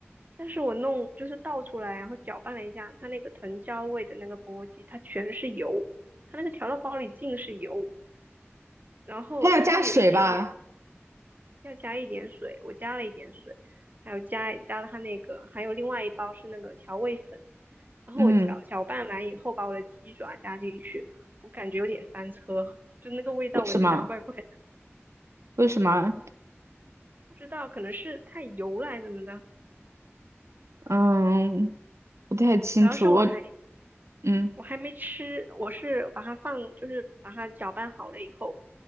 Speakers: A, on the right; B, on the right.
A: 但是我弄就是倒出来，然后搅拌了一下，它那个藤椒味的那个钵鸡，它全是油，它那个调料包里尽是油，然后就有一点点
B: 它要加水吧？
A: 要加一点水，我加了一点水，还有加加了它那个，还有另外一包是那个调味粉，然后我搅搅拌完以后，
B: 嗯，
A: 把我的鸡爪加进去，我感觉有点翻车，就那个味道闻起来怪怪的，
B: 为什么？为什么？
A: 不知道可能是太油了还是怎么的。
B: 嗯，不太清楚。
A: 主要是我还
B: 我嗯，
A: 我还没吃，我是把它放，就是把它搅拌好了以后，